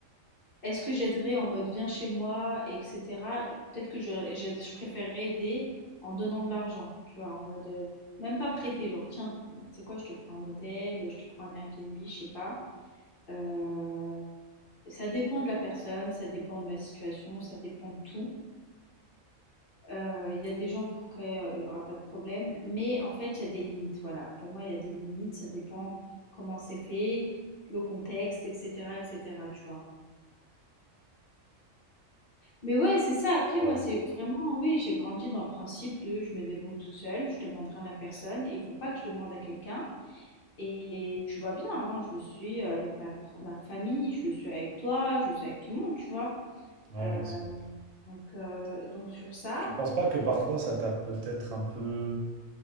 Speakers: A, on the left (about 45°); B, on the right (about 70°).
A: Est-ce que j'aiderais en mode viens chez moi, etc. Peut-être que je, j'aide- je préférerais aider en donnant de l'argent, tu vois, en mode euh, même pas prêter, genre tiens, euh, tu sais quoi, je te prends un hôtel, je te prends un Airbnb, je sais pas. Euh, ça dépend de la personne, ça dépend de ma situation, ça dépend de tout. Euh, Il y a des gens pour qui euh, il n'y aura pas de problème, mais en fait, il y a des limites. Voilà, pour moi, il y a des limites, ça dépend comment c'est fait, le contexte, etc., etc., tu vois. Mais ouais, c'est ça. Après,
B: Ouais,
A: moi, c'est vraiment, oui, j'ai grandi dans le principe de je me débrouille toute seule, je demande rien à personne et il faut pas que je demande à quelqu'un. Et tu vois bien, hein, je le suis avec ma, pro- ma famille, je le suis avec toi, je le suis avec tout le monde, tu vois.
B: ouais,
A: Euh,
B: ouais, c'est- vrai.
A: donc, euh, donc sur ça.
B: Tu penses pas que parfois ça t'a peut-être un peu